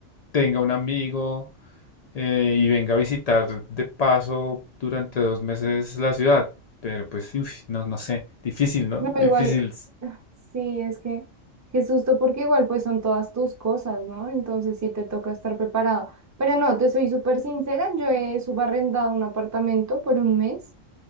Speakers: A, on the left; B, on the right.
A: tenga un amigo eh, y venga a visitar de paso durante dos meses la ciudad. Pero pues, uf, no, no sé, difícil, ¿no?
B: No,
A: Difícil.
B: igual, ah, sí, es que qué susto, porque igual pues son todas tus cosas, ¿no? Entonces sí te toca estar preparado. Pero no, te soy súper sincera, yo he subarrendado un apartamento por un mes